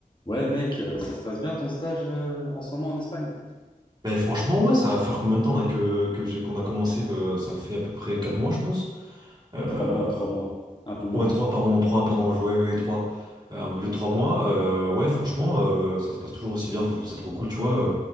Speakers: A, on the left; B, on the right.
A: Ouais, mec, euh, ça se passe bien ton stage euh, en ce moment en Espagne?
B: Ben franchement, ouais, ça va faire combien de temps là que, que j'ai- qu'on a commencé euh, ça fait à peu près 4 mois, je pense. Euh,
A: Trois mois, trois mois, un peu moins,
B: Ouais, trois pardon, 3 pardon, oui, oui, 3. un peu plus de 3 mois. Euh, ouais, franchement, euh, ça se passe toujours aussi bien. Franchement, c'est trop cool, tu vois. Euh,